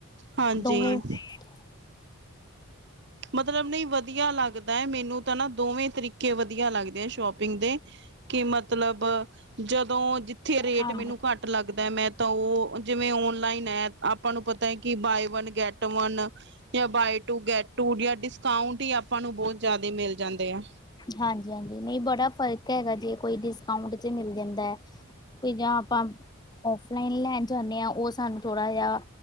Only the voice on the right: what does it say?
ਹਾਂਜੀ
ਮਤਲਬ ਨਈ ਵਧੀਆ ਲੱਗਦਾ ਏ, ਮੈਨੂੰ ਤਾਂ ਨਾ ਦੋਵੇਂ ਤਰੀਕੇ ਵਧੀਆ ਲੱਗਦੇ ਆ ਸ਼ੋਪ ਕਿੰਦੇ ਕਿ ਮਤਲਬ ਜਦੋਂ ਜਿੱਥੇ ਰੇਟ
ਮੈਨੂੰ ਘੱਟ ਲੱਗਦਾ ਏ, ਮੈਂ ਤਾਂ ਉਹ ਜਿਵੇਂ ਓਨਲਾਈਨ ਹੈ ਆਪਾਂ ਨੂੰ ਪਤਾ ਹੈ, ਕਿ ਬਾਏ ਵਨ-ਗੈਟ ਵਨ। ਯਾ, ਬਾਏ ਟੂ-ਗੈਟ ਟੂ। <unintelligible> ਡਿਸਕਾਊਂਟ ਹੀ ਆਪਾਂ ਨੂੰ, ਬਹੁਤ ਜਿਆਦੇ ਮਿਲ ਜਾਂਦੇ ਆ।